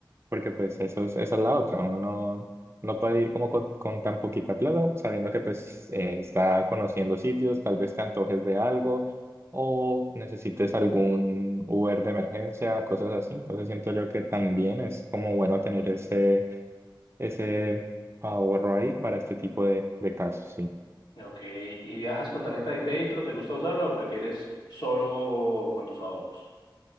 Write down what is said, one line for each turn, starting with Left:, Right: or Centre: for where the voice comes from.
Right: porque pues eso es, esa es la otra, uno no, no puede ir como con, con tan poquita plata, sabiendo que pues eh, está conociendo sitios, tal vez te antojes de algo o necesites algún Uber de emergencia, cosas así. Entonces siento yo que también es como bueno tener ese, ese ahorro ahí para este tipo de, de casos, sí.
Left: Ok, ¿y viajas con tarjeta de crédito? ¿Te gusta usarla o prefieres solo con tus ahorros?